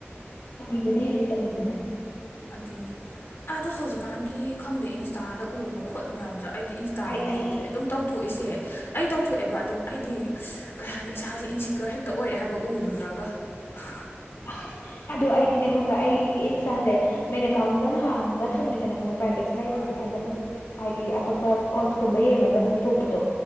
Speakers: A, on the left; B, on the left.
A: ꯇꯧꯕꯤꯕꯅ ꯍꯦꯜꯂꯦ ꯇꯧꯕꯤꯕꯅ
B: ꯑꯗꯨꯅꯦ ꯑꯗꯣ ꯍꯧꯖꯤꯛꯀꯥꯟꯒꯤ ꯈꯪꯗꯦ ꯏꯟꯁꯇꯥꯗ ꯎꯔꯤꯕ ꯈꯣꯠꯂꯤ ꯃꯌꯥꯝꯖꯦ ꯑꯩꯗꯤ ꯏꯟꯁꯇꯥꯖꯦ
A: ꯑꯩ ꯑꯩ
B: ꯗꯤꯑꯦꯛꯇꯤꯕꯦꯠ ꯑꯗꯨꯝ ꯇꯧꯊꯣꯛꯏꯁꯦ ꯑꯩ ꯇꯧꯊꯣꯛꯑꯦꯕ ꯑꯗꯨꯝ ꯑꯩꯗꯤ ꯍꯁ ꯀꯩ ꯍꯥꯏꯅꯤ ꯏꯁꯥꯖꯦ ꯏꯟꯁꯤꯀ꯭ꯌꯣꯔ ꯍꯦꯛꯇ ꯑꯣꯏꯔꯛꯑꯦ ꯍꯥꯏꯕ ꯎꯔꯨꯔꯒ ꯍꯍ
A: ꯑꯥ ꯍ ꯑꯗꯣ ꯑꯩꯗꯤꯅꯦ ꯈꯪꯕ ꯑꯩ ꯏꯟꯁꯥꯖꯦ ꯃꯦꯟ ꯑꯦ ꯀꯥꯎꯟ ꯑꯃꯒ ꯍꯥꯡꯉꯒ ꯊꯝꯃꯦꯗꯅ ꯈꯪꯕ꯭ꯔꯥ ꯄ꯭ꯔꯥꯏꯕꯦꯠꯁꯤꯅ ꯑꯩ ꯑꯗꯨꯝ
B: ꯑꯥ
A: ꯏꯊꯟꯗ ꯑꯗꯨꯝ ꯍꯥꯏꯗꯤ ꯑꯇꯣꯞꯄ ꯀꯣꯠꯁꯀꯨꯝꯕ ꯌꯦꯡꯉꯒ ꯑꯗꯨꯝ ꯊꯣꯛꯄꯗꯣ